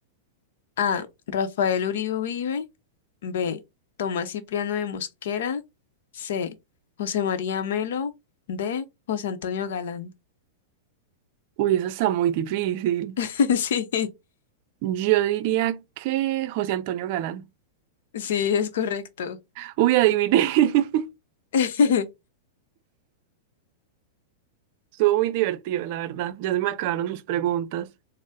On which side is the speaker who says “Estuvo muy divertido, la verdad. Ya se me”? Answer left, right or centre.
Right